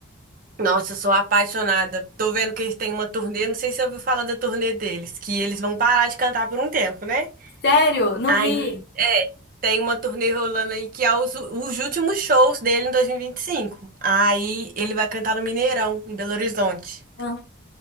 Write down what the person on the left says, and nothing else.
Sério? Não
vi.
Ah,